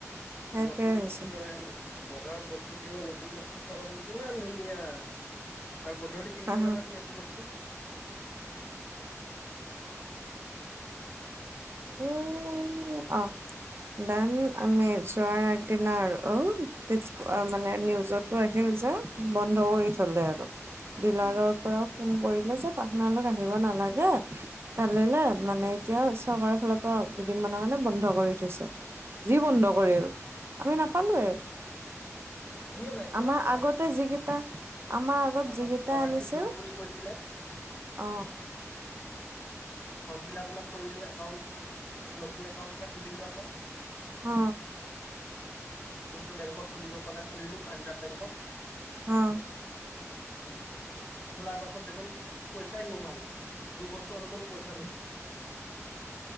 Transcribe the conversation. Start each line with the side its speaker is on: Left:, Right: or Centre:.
Right: সেইটোৱে
Left: নতুন
Right: হৈছে
Left: বস্তুৰে এ। বজাৰত বস্তু কিনিব নতুন বস্তু চাবচোন কিমান ধুনীয়া। আৰু গধূলি কিনিব
Right: হা হা
Left: যাবা চোন সেইটো বস্তু
Right: উম অ দাম আমি যোৱাৰ আগদিনা আৰু অ তে মানে নি যতো আহে যা বন্ধ কৰি থলে আৰু ডিলাৰৰ
Left: উম
Right: পৰা ফোন কৰিলে যে আপোনালোক আহিব নালাগে। ভালিলে
Left: উম
Right: মানে এতিয়া ওচৰ আমাৰ ফালৰ পৰা দুদিন মানৰ কাৰণে বন্ধ কৰি থৈছে। যি বন্ধ কৰিল আমি নাপালোয়ে,
Left: আমিও নাই পোৱা
Right: আমাৰ
Left: স্কলাৰশ্বিপ
Right: আগতে যিকেইটা আমাৰ আগত
Left: আমাক
Right: যিকেইটাই
Left: স্কলাৰশ্বিপ
Right: আনিছিল
Left: দিব বুলি কৈছিলে
Right: আহ।
Left: ফৰ্ম ফিল আপ অলপ কৰিলো একাউন্ট নতুন একাউন্ট এটা খুলিলো আকৌ।
Right: অ।
Left: যোনটো বেংকত খুলিব কলে খুলিলো পাঞ্জাৱ বেংকত।
Right: অ
Left: উম খোলাৰ পাছত দেখোন পইচাই নুসোমালে, দুবছৰ হৈ গল পইচা নুসোমালে।